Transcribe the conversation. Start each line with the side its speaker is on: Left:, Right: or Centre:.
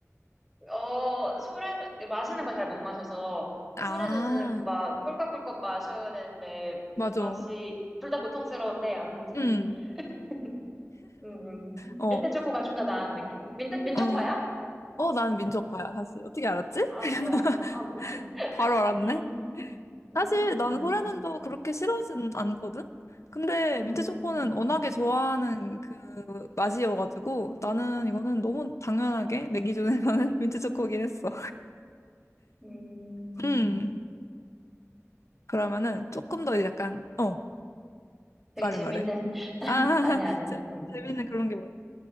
Centre: 어, 소래는, 마시는 걸 잘 못 마셔서,
Left: 아,
Centre: 소래는 막 꿀꺽꿀꺽 마셔야 되는데,
Left: 맞아.
Centre: 맛이, 둘 다 고통스러운데, 아무튼,
Left: 음,
Centre: <laughs> 음, 음.
Left: 어,
Centre: 민트 초코가 좀 더 나은 느낌. 민트, 민초파야?
Left: 어, 어, 난 민초파야, 사실. 어떻게 알았지?
Centre: 아,
Left: <laughs>
Centre: 뭐야. 아, 뭐.
Left: 바로 알았네.
Centre: 음, 음,
Left: 사실 난
Centre: 음,
Left: 소래는도 그렇게 싫어하진 않거든? 근데
Centre: 음,
Left: 민트초코는 워낙에 좋아하는 그 맛이어가지고 나는 이거는 너무 당연하게 내 기준에서는 <laughs> 민트초코긴 했어.
Centre: 음.
Left: <laughs> 그러면은 조금 더 약간 어
Centre: 되게
Left: 말해
Centre: 재밌는,
Left: 말해
Centre: <laughs>
Left: 아
Centre: 아니,
Left: <laughs>
Centre: 야 아니야. 아니야.
Left: 재,
Centre: 음.
Left: 재밌는 그런 게 많아